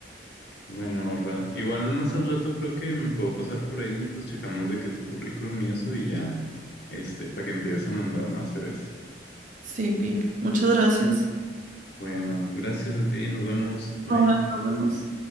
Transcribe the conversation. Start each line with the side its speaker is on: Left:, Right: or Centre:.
Left: Bueno, ¿verdad? Igual más al rato creo que me puedo pasar por ahí y pues checamos de que tu currículum y eso y ya, este, para que empieces a mandar más CVs.
Right: Sí, Pi, muchas gracias.
Left: Bueno, gracias a ti, nos vemos, bye.
Right: Bye, nos vemos.